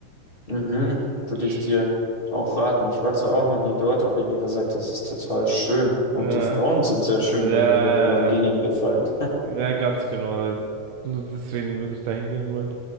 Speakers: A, on the left; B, on the right.
A: Mhm. Würde ich
B: Sch-
A: dir auch raten. Ich war zwar auch noch nie dort, aber jeder sagt, das ist total schön. Und
B: Äh,
A: die Frauen sind sehr schön,
B: ja, ja,
A: wenn dir Blondinen gefallen.
B: ja, ganz genau. Also, Nur deswegen würde ich dahin gehen wollen.